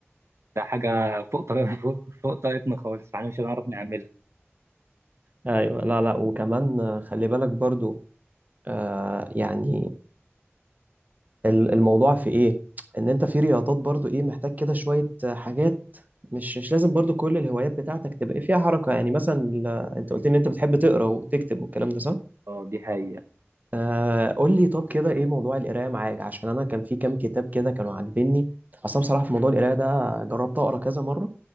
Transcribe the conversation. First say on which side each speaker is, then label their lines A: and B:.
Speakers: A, on the right; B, on the right.
A: ده حاجة فوق طاقة <laughs> فوق فوق طاقتنا خالص فاحنا مش هنعرف نعملها
B: ايوه لا لا وكمان آه، خلي بالك برضو آه يعني ال- الموضوع في ايه ان انت في رياضات برضو ايه محتاج كده شوية آه، حاجات مش مش لازم برضو كل الهوايات بتاعتك تبقى إيه فيها حركة يعني مثلا ال- انت قلت لي ان انت بتحب تقرا وتكتب والكلام ده صح
A: اه دي حقيقة
B: آه قول لي طب كده ايه موضوع القرايه معاك عشان انا كان في كام كتاب كده كانوا عاجبني اصلا بصراحه في موضوع القرايه ده جربت اقرا كذا مره